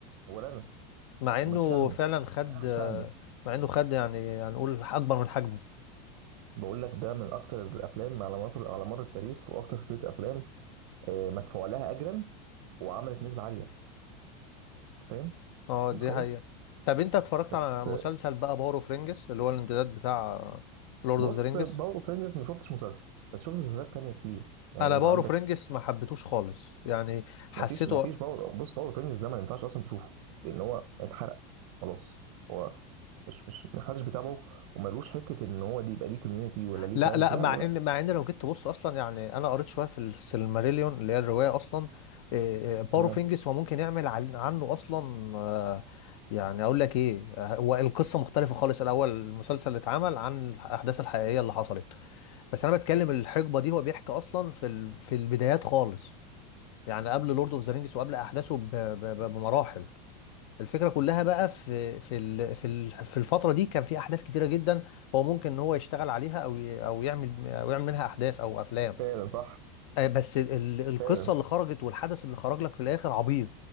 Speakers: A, on the right; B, on the left.
A: ولا انا
B: مع
A: ومش
B: انه
A: فاهمه
B: فعلا خد
A: انا مش
B: آه،
A: فاهمه
B: مع انه خد يعني هنقول اكبر من حجمه
A: بقول لك ده من اكتر الافلام على مصر على مر التاريخ واكتر سلسله افلام آه، مدفوع لها اجرا وعملت نسبه عاليه أنت فاهم
B: اه
A: متخيل
B: دي حقيقه طب انت اتفرجت
A: بس
B: على مسلسل
A: آه،
B: بقى باور اوف رينجز اللي هو الامتداد بتاع لورد
A: بص
B: اوف ذا رينجز
A: باور اوف رينجز ما شفتش مسلسل بس شفت مسلسلات تانية كتير يعني
B: انا
A: انت
B: باور
A: عندك
B: اوف رينجز ما حبيتوش خالص يعني حسيته
A: ما فيش ما فيش باور بص باور اوف رينجز ده ما ينفعش اصلا تشوفه لان هو اتحرق خلاص هو مش مش محدش بيتابعه وملوش حته ان هو دي يبقى ليه كوميونتي ولا ليه
B: لا
A: فانز
B: لا
A: لا
B: مع
A: لا لا
B: ان مع ان لو جيت تبص اصلا يعني انا قريت شويه في السيلماريليون اللي هي الروايه اصلا إيه، إيه، بوروفينجس
A: تمام
B: هو ممكن يعمل عن- عنه اصلا آه، يعني اقول لك ايه آه، هو القصه مختلفه خالص الاول المسلسل اللي اتعمل عن الاحداث الحقيقيه اللي حصلت بس انا بتكلم الحقبه دي هو بيحكي اصلا في ال- في البدايات خالص يعني قبل لورد اوف ذا رينجز وقبل احداثه ب- ب- ب- بمراحل الفكرة كلها بقى في في ال- في ال- في الفترة دي كان في أحداث كتيرة جدا هو ممكن إن هو يشتغل عليها أو ي- أو يعمل أو يعمل منها أحداث أو أفلام
A: فعلا صح
B: آه، بس ال- ال- القصة
A: فعلا
B: اللي خرجت والحدث اللي خرج لك في الآخر عبيط